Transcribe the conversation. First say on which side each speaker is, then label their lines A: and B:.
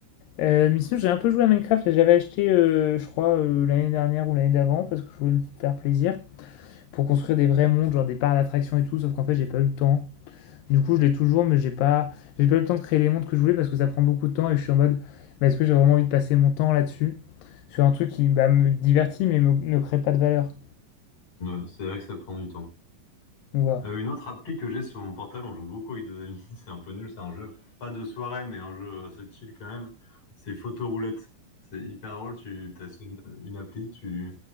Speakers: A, on the left; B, on the left.
A: Euh, mais sinon, j'ai un peu joué à Minecraft, et j'avais acheté, euh, je crois, euh, l'année dernière ou l'année d'avant, parce que je voulais me faire plaisir pour construire des vrais montres, genre des parcs d'attractions et tout, sauf qu'en fait j'ai pas eu le temps. Du coup je l'ai toujours mais j'ai pas, j'ai pas eu le temps de créer les montres que je voulais parce que ça prend beaucoup de temps et je suis en mode bah, est-ce que j'ai vraiment envie de passer mon temps là-dessus sur un truc qui bah, me divertit mais me- ne crée pas de valeur.
B: Ouais, c'est vrai que ça prend du temps.
A: Donc voilà.
B: Euh, une autre appli que j'ai sur mon portable, on joue beaucoup avec des amis, <laughs> c'est un peu nul, c'est un jeu pas de soirée, mais un jeu assez chill quand même, c'est Photoroulette. C'est hyper drôle, tu as une, une appli, tu,